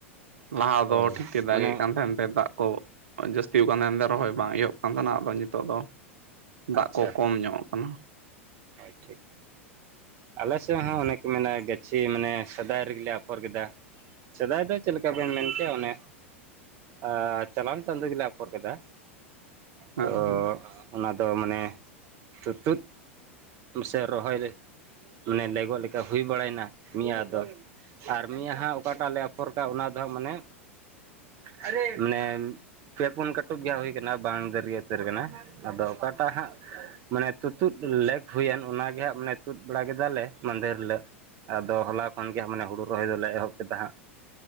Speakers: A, on the right; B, on the right.
A: ᱞᱟᱦᱟ
B: ᱦᱳᱭ
A: ᱫᱚ ᱴᱷᱸᱤᱠᱛᱮ ᱫᱟᱜ
B: ᱢᱟᱱᱮ
A: ᱮᱮᱫ ᱠᱟᱱ ᱛᱟᱦᱮᱱ ᱾ᱛᱮ ᱫᱟᱜ ᱠᱚ ᱡᱟᱹᱥᱛᱤ ᱠᱟᱱ ᱛᱟᱦᱮᱸ ᱮᱱᱛᱮ ᱨᱚᱦᱚᱭ ᱵᱟᱝ ᱮᱦᱚᱵ ᱠᱟᱱ ᱛᱟᱦᱮᱱᱟ᱾ ᱟᱫᱚ ᱱᱤᱛᱚᱜ ᱫᱚ
B: ᱟᱪᱪᱷᱟ,
A: ᱫᱟᱜ ᱠᱚ ᱠᱚᱢ ᱧᱚᱜ ᱠᱟᱱᱟ
B: ᱦᱳᱭ ᱴᱷᱤᱠ᱾ ᱟᱞᱮ ᱥᱮᱫ ᱦᱚᱸ ᱚᱱᱮᱠ ᱠᱚ ᱢᱮᱱᱟ᱾ ᱜᱟᱹᱪᱷᱤ ᱢᱟᱱᱮ ᱥᱮᱫᱟᱭ ᱨᱮᱜᱮ ᱟᱯᱷᱽᱚᱨ ᱠᱮᱫᱟ᱾ ᱥᱮᱫᱟᱭ ᱫᱚ ᱪᱮᱫ ᱞᱮᱠᱟ ᱵᱮᱱ ᱢᱮᱱ ᱠᱮᱭᱟ᱾ ᱚᱱᱮ ᱟᱨ ᱪᱟᱞᱟᱟᱱ ᱪᱟᱸᱫ ᱜᱮᱞᱮ, ᱟᱯᱷᱚᱨ ᱠᱮᱫᱟ᱾
A: ᱦᱮᱸ
B: ᱛᱚ
A: ᱦᱮᱸ
B: ᱚᱱᱟᱫᱚ ᱢᱟᱱᱮ, ᱛᱩᱛᱩᱩᱫ ᱥᱮ ᱨᱚᱦᱚᱭ ᱢᱟᱱᱮ ᱞᱮᱜᱚ-ᱜ ᱞᱮᱠᱟ ᱾ ᱦᱩᱭ ᱵᱟᱲᱟᱭᱱᱟ ᱢᱤᱫᱤᱭᱟᱹ ᱫᱚ᱾ ᱟᱨ ᱢᱫᱟᱝᱟᱸ ᱦᱟᱜ ᱚᱠᱟᱴᱟ-ᱜ ᱞᱮ ᱟᱯᱷᱚᱨ ᱠᱟᱜᱼᱟ ᱾ ᱚᱱᱟ ᱫᱚ ᱦᱟᱸᱜ ᱢᱟᱱᱮ ᱟᱨᱮ ᱢᱟᱱᱮ ᱯᱮ ᱯᱩᱱ ᱠᱟᱹᱴᱩᱵ ᱜᱮ ᱦᱩᱭ ᱠᱟᱱᱟ᱾ ᱵᱟᱝ ᱫᱟᱹᱨᱭ ᱩᱛᱟᱹᱨ ᱠᱟᱱᱟ᱾ ᱟᱫᱚ ᱚᱠᱟᱴᱟ-ᱜ ᱦᱟᱸᱜ ᱢᱟᱱᱮ ᱛᱩᱛᱩᱩᱫ ᱞᱮᱠ ᱦᱩᱭᱮᱱ᱾ ᱚᱱᱟᱜᱮᱦᱟᱸᱜ ᱢᱟᱱᱮ ᱛᱩᱫ ᱵᱟᱲᱟ ᱠᱮᱫᱟᱞᱮ ᱾ ᱢᱫᱮᱨ ᱦᱤᱞᱳᱜ ᱟᱫᱚ ᱦᱚᱞᱟ ᱠᱷᱚᱱ ᱜᱮᱮᱟᱸ᱾ ᱢᱟᱱᱮ ᱦᱩᱲᱩ ᱨᱚᱦᱚᱭ ᱫᱚᱞᱮ ᱮᱦᱚᱵ ᱠᱮᱫᱟ᱾ ᱦᱟᱸᱜ